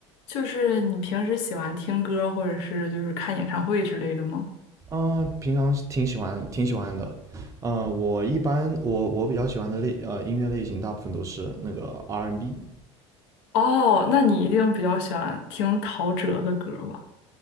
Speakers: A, on the left (about 65°); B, on the right (about 20°).
A: 就是你平时喜欢听歌，或者是就是看演唱会之类的吗？
B: 呃，平常挺喜欢挺喜欢的，呃，我一般我我比较喜欢的类呃音乐类型，大部分都是那个 R&B n
A: 哦，那你一定比较喜欢听陶喆的歌吧？